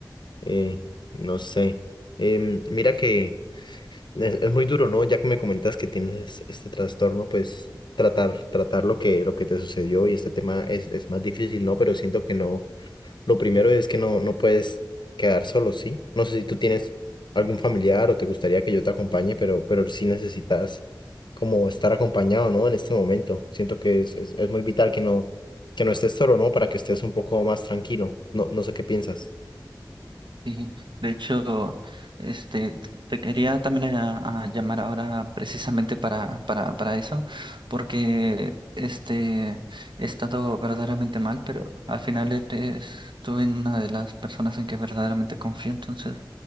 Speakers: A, on the left; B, on the right.
A: Eh, no sé. Em, mira que es, es muy duro, ¿no? Ya que me comentas que tienes este trastorno, pues tratar, tratar lo que, lo que te sucedió y este tema es, es más difícil, ¿no? Pero siento que no. Lo primero es que no, no puedes quedar solo, ¿sí? No sé si tú tienes algún familiar o te gustaría que yo te acompañe, pero, pero sí necesitas como estar acompañado, ¿no? En este momento. Siento que es, es, es muy vital que no, que no estés solo, ¿no? Para que estés un poco más tranquilo. No, no sé qué piensas.
B: Sí, de hecho, este, t- te quería también a- a llamar ahora precisamente para, para, para eso, porque este, he estado verdaderamente mal, pero al final eres, tú en una de las personas en que verdaderamente confío, entonces